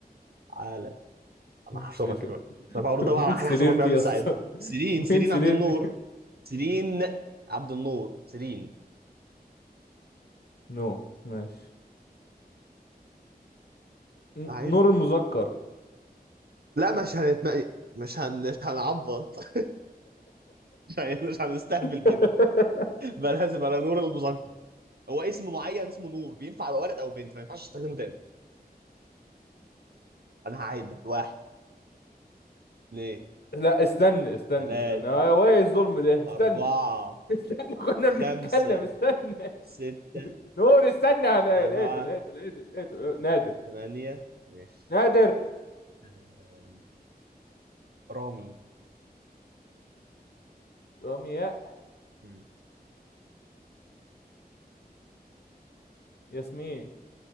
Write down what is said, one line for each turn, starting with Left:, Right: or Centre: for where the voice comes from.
Right: على انا
Left: من
Right: هحشرك
Left: سرير
Right: دلوقتي طب هقول
Left: من
Right: ده بقى على
Left: سرير
Right: حاجه هحشرك
Left: دي
Right: بيها من
Left: يا
Right: ساعتها
Left: اسطى
Right: سيرين
Left: من
Right: سيرين
Left: سرير
Right: عبد النور
Left: دي
Right: سيرين عبد النور سيرين
Left: نو ماشي ن-
Right: عيب
Left: نور المذكر
Right: لا مش هنتم... مش هن... مش هنعبط <laughs> مش هن- مش هنستهبل
Left: <laughs>
Right: كده بقى لازم على نور المذكر هو اسم معين اسمه نور بينفع يبقى ولد او بنت فما ينفعش تستخدمه تاني انا هعد واحد اثنين
Left: لا استنى استنى
Right: ثلاثة
Left: استنى هو ايه الظلم ده استنى
Right: أربعة
Left: استنى <laughs> كنا
Right: خمسة
Left: بنتكلم استنى
Right: ستة
Left: نور استنى هلا-
Right: سبعة
Left: لقيته لقيته لقيته لقيته نادر
Right: ثمانية ماشي
Left: نادر
Right: أم، رامي
Left: رمياء
Right: مم.
Left: ياسمين